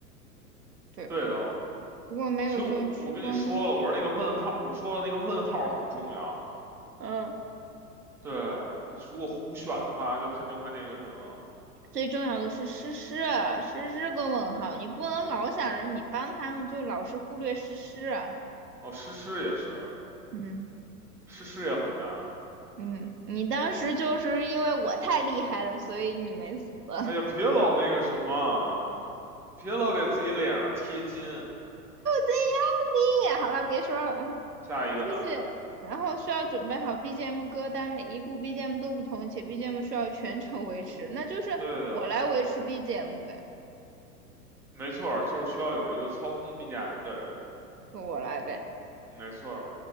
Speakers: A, on the right; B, in the centre.
A: 对。
B: 对的。
A: 不过没有中去关东。
B: 所以我，我跟你说了，我说那个问号，我说了那个问号很重要。
A: 嗯，
B: 对，如果胡选的话，就肯定会那个什么。
A: 最重要的是诗诗啊诗诗个问号，你不能老想着你帮他们，就老是忽略诗诗啊
B: 哦，诗诗也是。
A: 嗯，
B: 是事业很难。
A: 嗯，你当时就是因为我太厉害了，
B: 对，
A: 所以你没死，<laughs> 就
B: 哎呀，别老那个什么啊，别老给自己脸上贴金。
A: 这样的。好了，别说了，啊，
B: 下一个呢？
A: 继续。然后需要准备好 BGM 歌单，每一部 BGM 都不同，且 BGM 需要全程维持，那就是我来维持
B: 对的，
A: BGM 呗，
B: 没错儿，就是需要有一个操控 BGM 的人。
A: 就我来呗。
B: 没错儿，